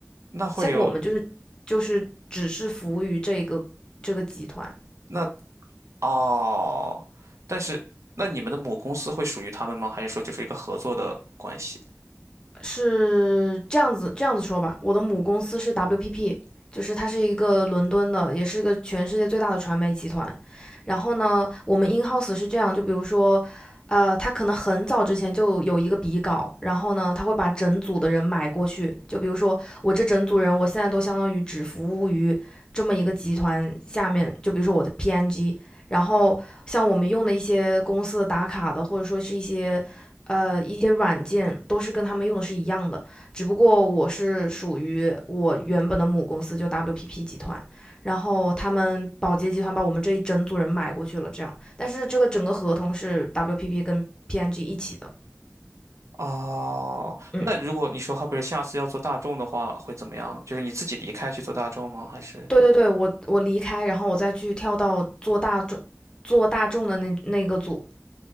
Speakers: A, on the right (about 70°); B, on the left (about 15°).
A: 那会有，
B: 像我们就是就是只是服务于这个这个集团。
A: 那哦，但是那你们的母公司会属于他们吗？还是说就是一个合作的关系？
B: 是这样子这样子说吧，我的母公司是 WPP，就是它是一个伦敦的，也是一个全世界最大的传媒集团。然后呢，我们 in house 是这样，就比如说，呃，他可能很早之前就有一个笔稿，然后呢，他会把整组的人买过去。就比如说我这整组人，我现在都相当于只服务于这么一个集团下面，就比如说我的 PNG。然后像我们用的一些公司的打卡的，或者说是一些呃，一些软件都是跟他们用的是一样的，只不过我是属于我原本的母公司就 WPP 集团，然后他们宝洁集团把我们这一整组人买过去了，这样，但是这个整个合同是 WPP 跟 PNG 一起的，
A: 哦，
B: 嗯，
A: 那如果你说好比如下次要做大众的话，会怎么样呢？就是你自己离开去做大众吗？还是？
B: 对对对，我我离开，然后我再去跳到做大众做大众的那那个组，